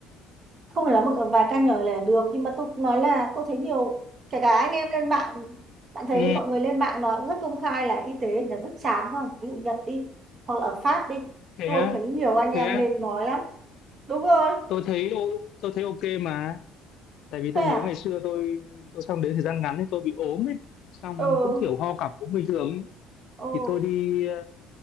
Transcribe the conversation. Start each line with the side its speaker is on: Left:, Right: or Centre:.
Right: không phải là một vài ca nhỏ là được nhưng mà tôi cũng nói là tôi thấy nhiều kể cả anh em lên mạng bạn thấy
Left: ừ,
Right: mọi người lên mạng nói cũng rất công khai là y tế là rất chán không ví dụ Nhật đi hoặc là ở Pháp đi
Left: thế
Right: tôi
Left: á,
Right: thấy nhiều anh em
Left: thế á.
Right: lên nói lắm đúng rồi
Left: tôi thấy ô- tôi thấy ok mà tại vì
Right: thế
Left: tôi
Right: à
Left: nhớ ngày xưa tôi tôi sang đến thời gian ngắn thì tôi bị ốm ấy xong
Right: ừ
Left: cũng kiểu ho cặp cũng bình thường ấy.
Right: ừ
Left: thì tôi đi ờ,